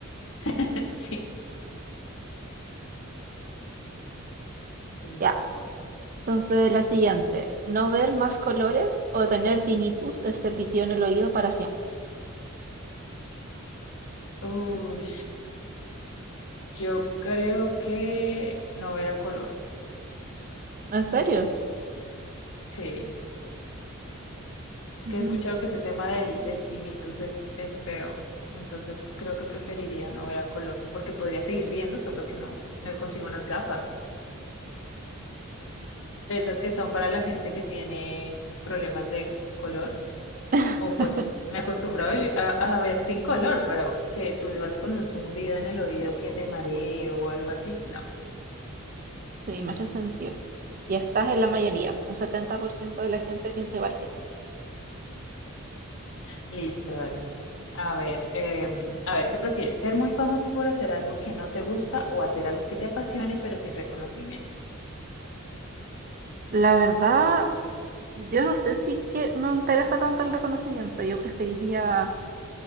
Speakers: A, on the left; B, on the right.
A: <laughs> sí, listo.
B: Ya, entonces la siguiente, no ver más colores o tener tinnitus ese pitido en el oído para siempre.
A: Uy, yo creo que no era color.
B: ¿En serio?
A: Sí, es
B: Mm.
A: que he escuchado que ese tema del, del tinnitus es, es feo. Entonces creo que preferiría no ver a color, porque podría seguir viendo, solo que no me consigo unas gafas. De esas que son para la gente que tiene problemas de color.
B: <laughs>
A: O pues me acostumbro a, vi- a- a ver sin color, pero que tú vivas con un zumbido en el oído que te mareo o algo así. No,
B: Sí, me hace sentido. Y estás en la mayoría, un 70% de la gente piensa igual que tú.
A: listo, dale. A ver, em, a ver, ¿qué prefieres? ¿Ser muy famoso por hacer algo que no te gusta o hacer algo que te apasione pero sin reconocimiento?
B: La verdad, yo no sé si que me interesa tanto el reconocimiento, yo preferiría